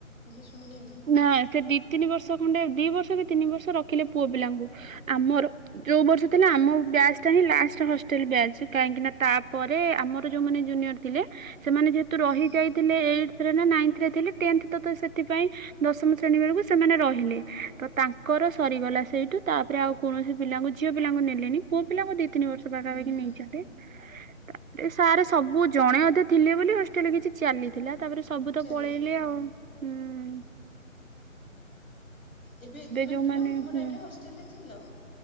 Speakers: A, on the left (about 90°); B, on the right (about 75°).
A: ଝିଅଛୁଆଙ୍କୁ ନି
B: ନା ସେ ଦି ତିନି ବର୍ଷ ଖଣ୍ଡେ ଦି ବର୍ଷ କି ତିନି ବର୍ଷ ରଖିଲେ ପୁଅ ପିଲାଙ୍କୁ। ଆମର ଯୋଉ ବର୍ଷ ଥିଲା ଆମ ବ୍ୟାଚ ଟା ହିଁ ଲାଷ୍ଟ ହଷ୍ଟେଲ ବ୍ୟାଚ କାହିଁକି ନା ତାପରେ ଆମ ଯୋଉମାନେ ଜୁନିୟର ଥିଲେ ସେମାନେ ଯେହେ ତୁ ରହି
A: ହୁଁ
B: ଯାଇଥିଲେ ଏଇଟ୍ ରେ ନା ନାଇନ୍ଥରେ ଥିଲେ ଟେନ୍ଥ ତ ତ ସେଥିପାଇଁ ଦଶମ ଶ୍ରେଣୀ ବେଳକୁ ସେମାନେ ରହିଲେ। ତ ତାଙ୍କର ସରିଗଲା ସେଇଠୁ ତାପରେ ଆଉ କୌଣସି ପିଲାଙ୍କୁ ଝିଅ ପିଲାଙ୍କୁ ନେଲେନି ପୁଅ ପିଲାଙ୍କୁ ଦି ତିନି ବର୍ଷ ପାଖାପାଖି
A: ହୁଁ
B: ନେଇଛନ୍ତି। ତାପରେ ସାର୍ ସବୁ ଜଣେ ଅଧେ ଥିଲେ ବୋଲି ହଷ୍ଟେଲରେ କିଛି ଚାଲିଥିଲା ତାପରେ ସବୁ
A: ଚାଲିଥିଲା
B: ତ ପଳେଇଲେ
A: ହଁ।
B: ଆଉ ହୁଁ
A: ଏବେ ମାନେ
B: ଯୋଉମାନେ
A: ତୁମେ ତୁମ
B: ହୁଁ
A: ଟାଇମ୍ ରେ ହଷ୍ଟେଲ ରେ ଥିଲ?